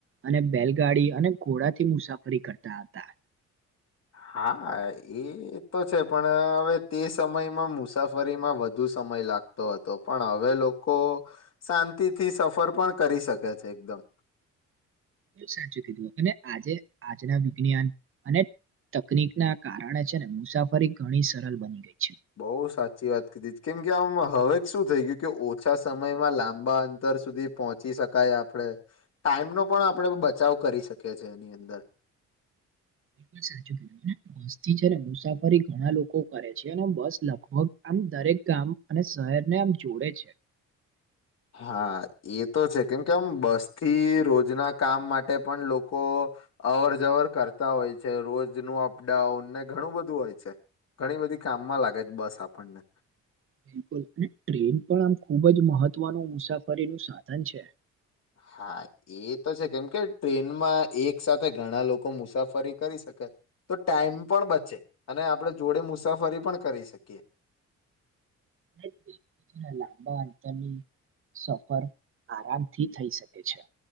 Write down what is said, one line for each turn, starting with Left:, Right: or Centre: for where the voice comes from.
Right: અને બેલગાડી અને ઘોડાથી મુસાફરી કરતા હતા.
Left: હા એ તો છે પણ હવે તે સમયમાં મુસાફરીમાં વધુ સ મય લાગતો હતો પણ હવે લોકો શાંતિથી સફર પણ કરી શકે છે એકદમ
Right: સાચું કીધું અને આજે આજના વિજ્ઞાન અને તકનીક ના કારણે છે ને મુસાફરી ઘણી સરળ બની ગઈ છે.
Left: બઉ સાચી વાત કધી કેમ કે આમ હવે શું થઈ ગયું કે ઓછા સમયમાં લાંબા અંતર સુધી પહોંચી શકાય આપણે ટાઈમ નો પણ આપણેે બચાવ કરી શકીએ છીએ એની અંદર
Right: <inaudible> સાચું બસ થી જ મુસાફરી ઘણા લોકો કરે છે અને બસ લગભગ આમ દરેક ગામ અને શહેરને આમ જોડે છે.
Left: હા એ તો છે કેમ કેમ બસ થી રોજના કામ માટે પણ લોકો અવર જવર કરતા હોય છે રોજ નુ અપડાઉન ને ઘણું બધું હોય છે. ઘણી બધી કામમાં લાગે બસ આપણને
Right: બિલકુલ અને ટ્રેન પણ આમ ખુબ જ મહત્વનું મુસાફરીનું સાધન છે.
Left: હા એ તો છે કેમ કે ટ્રેનમાં એક સાથે ઘણા લોકો મુસાફરી કરી શકે તો ટાઈમ પણ બચે અને આપણે જોડે મુસાફરી પણ કરી શકીએ.
Right: <inaudible> લાંબા અંતરની સફર આરામથી થઈ શકે છે.